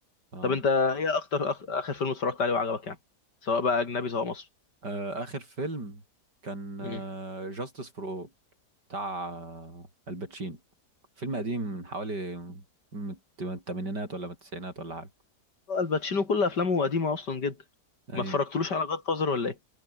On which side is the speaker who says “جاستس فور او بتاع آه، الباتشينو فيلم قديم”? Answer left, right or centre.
Right